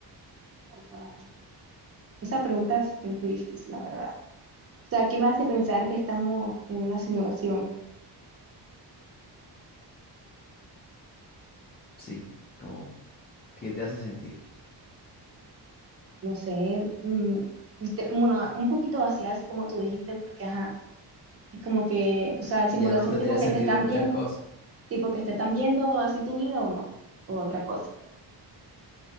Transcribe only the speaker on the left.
Sí, como, ¿qué te hace sentir?
Ya no tendría
sentido
muchas
cosas.